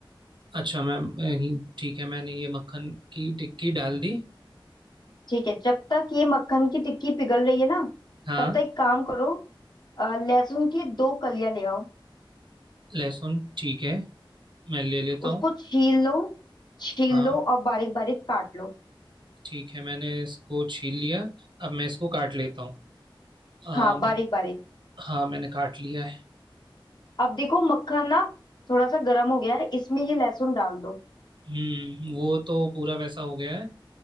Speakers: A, on the right; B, on the left.
A: अच्छा मैम यही- ठीक है मैंने ये मक्खन की टिक्की डाल दी
B: ठीक है जब तक ये मक्खन की टिक्की पिघल रही है ना
A: हाँ
B: तब तक एक काम करो अ, लहसुन की दो कलियां ले आओ
A: लहसुन ठीक है मैं ले लेता हूँ
B: उसको छील लो छील
A: हाँ
B: लो और बारीक बारीक काट लो
A: ठीक है मैंने इसको छील लिया अब मैं इसको काट लेता हूँ अम,
B: हाँ बारीक बारीक
A: हाँ मैंने काट लिया है
B: अब देखो मक्खन ना थोड़ा सा गर्म हो गया है इसमें ये लहसुन डाल दो
A: हम्म वो तो पूरा वैसा हो गया है